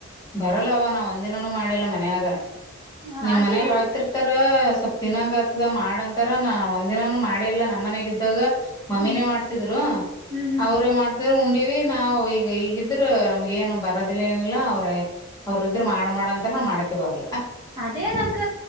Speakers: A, on the left; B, on the right.
A: ಬರಲ್ಲವ ನಾ ಒಂದಿನನುೂ ಮಾಡಿಲ್ಲ ಮನ್ಯಾಗ
B: ಹ
A: ನಿಮ
B: ಅದೇನಕ್ಕ
A: ಮನ ಹೇತ್ರಿ ಆತರ ಸ್ವಲ್ಪ್ ತಿಿನಂಗ ಆತ್ತದ ಮಾಡಂತಾರ ನ ಒಂದ್ ದಿನಾನ ಮಾಡಲ್ಲ ನಮ್ಮ ಮನೆಗ ಇದ್ದಾಗ ಮಮ್ಮಿನೇ
B: ಹ್ಮ್
A: ಮಾಡ್ತಿದ್ರು
B: ಹ್ಮ್ ಹ್ಮ್
A: ಅವ್ರೇ ಮಾಡ್ತ ಉಂಡಿವವಿ ನಾವು ಈಗ ಈಗಿದ್ರ ನಮ್ಗ ಏನು ಬರೋದಿಲ್ಲ ಏನಿಲ್ಲ ಅವ್ರ ಅವ್ರ ಇದ್ ಮಾಡ ಅಂತ ನಾವ್ ಮಾಡಕೆ ಬರಲ್ಲ
B: ಅದೇ ನಕ